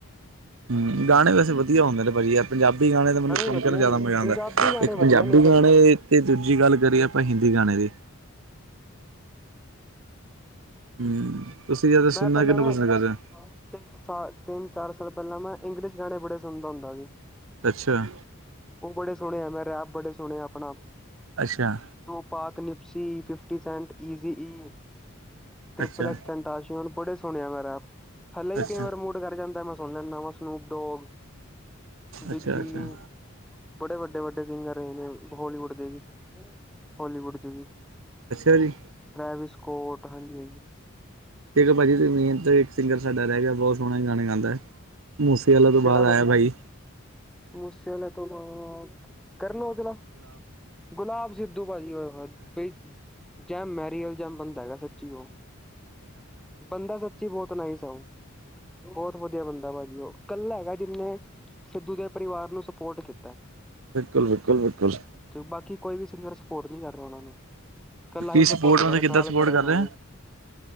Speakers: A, on the right; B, in the centre.
A: ਹੂੰ, ਗਾਣੇ ਵੈਸੇ ਵਦੀਆ ਹੁੰਦੇ ਨੇ ਭਾਜੀ ਐ ਪੰਜਾਬੀ ਗਾਣੇ ਤੇ ਮੈਨੂੰ ਸੁਨ
B: ਵਧੀਆ
A: ਕੇ ਨਾ ਜਾਦਾ
B: ਨੇ
A: ਮਜਾ
B: ਪੰਜਾਬੀ
A: ਆਂਦੈ,
B: ਗਾਣੇ
A: ਇੱਕ ਪੰਜਾਬੀ
B: ਵਧੀਆ ਨੇ ਭਾਜੀ
A: ਗਾਣੇ ਤੇ ਦੂਜੀ ਗਾੱਲ ਕਰੀਏ ਅਪਾਂ ਹਿੰਦੀ ਗਾਣੇ ਦੀ ਹੂੰ, ਤੁਸੀ ਜਾਦਾ
B: ਮੈਂ
A: ਸੁਨਨਾ
B: ਪਹਿਲਾਂ
A: ਕਿਨੂੰ
B: ਨਾ
A: ਪਸੰਦ ਕਰਦੇ ਓ?
B: ਤਿੰਨ ਸਾਲ, ਤਿੰਨ-ਚਾਰ ਸਾਲ ਪੈਲਾਂ ਮੈਂ ਇੰਗਲਿਸ਼ ਗਾਣੇ ਬੜੇ ਸੁਨਦਾ ਹੁੰਦਾ ਸੀ।
A: ਅੱਛਾ
B: ਓ ਬੜੇ ਸੁਣੇ ਆ, ਮੈਂ ਰੈਪ ਬੜੇ ਸੁਣੇ ਆ ਅਪਣਾ।
A: ਅੱਸ਼ਆ।
B: ਤੂ ਪਾਕ ਨਿਪਸੀ ਫਿਫਟੀ ਸੈਂਟ ਈਜੀ ਈ ਤੇ
A: ਅੱਛਾ
B: ਪਲਸ ਟੈਨ ਤਾਸੂਨ ਬੜੇ ਸੁਣੇਆ ਮੈਂ ਰੈਪ ਹੱਲੇ ਵੀ
A: ਅੱਛਾ
B: ਕਈ ਵਾਰ ਮੂਡ ਕਰ ਜਾਂਦੈ ਮੈਂ ਸੁਨ ਲੈਂਨਾ ਵਾ ਮੈਂ ਸਨੂਪਡੋਗ, ਬਿਗ
A: ਅੱਛਾ ਅੱਛਾ
B: ਬੀ ਬੜੇ ਵੱਡੇ-ਵੱਡੇ ਸਿੰਗਰ ਰਹੇ ਨੇ, ਹੋਲੀਵੁੱਡ ਦੇ ਵੀ, ਬੋਲੀਵੁੱਡ ਚ ਵੀ।
A: ਅੱਛਾ ਜੀ।
B: ਪ੍ਰਾਈਵੇਸ ਕੋਟ, ਹਾਂਜੀ-ਹਾਂਜੀ।
A: ਤੇਜੋ ਭਾਜੀ ਤੂਸੀ ਨੀਂਦ ਤੇ, ਇੱਕ ਸਿੰਗਰ ਸਾਡਾ ਰੈ ਗੇਆ ਬੋਤ ਸੋਣੇ ਗਾਨੇ ਗਾੰਦੈ, ਮੂਸੇਵਾਲੇ ਤੋਂ
B: ਕਿਹੜਾ
A: ਬਾਦ
B: ਭਾਜੀ
A: ਆਯੈ ਬਾਈ।
B: ਮੂਸੇਆਲੇ ਤੋਂ ਬਾਦ ਕਰਨ ਔਜਲਾ, ਗੁਲਾਬ ਸਿੱਧੂ ਭਾਜੀ ਔਏ ਹੋਏ ਬਈ ਜੈਮ ਮੈਰੀਅਲ ਜਾ ਬੰਦਾ ਹੈਗੈ ਸੱਚੀ ਓ। ਬੰਦਾ ਸੱਚੀ ਬੋਤ ਨਾਈਸ ਐ ਓ, ਬੋਤ ਵਦੀਆ ਬੰਦੈ ਭਾਜੀ ਓ ਕੱਲਾ ਹੈਗੈ ਜਿੱਨੇ ਸਿੱਧੂ ਦੇ ਪਰਿਵਾਰ ਨੂੰ ਸਪੋਰਟ ਕੀਤੈ।
A: ਬਿਲਕੁਲ, ਬਿਕੁਲ, ਬਿਕੁਲ।
B: ਬਾਕੀ ਕੋਈ ਵੀ ਸਿੰਗਰ ਸਪੋਰਟ ਨੀ ਕਾਰ ਰੇਆ ਔਨਾਂ ਨੂੰ। ਕੱਲਾ
A: ਕੀ
B: ਐਈ ਸਪੋਰਟ ਕਾਰ
A: ਮਤਲਬ
B: ਰੇਆ,
A: ਕਿੱਦਾਂ
B: ਨਾਲ
A: ਸਪੋਰਟ
B: ਖੜੈ ਓਨਾਂ
A: ਕਰ ਰਹੇ
B: ਦੇ।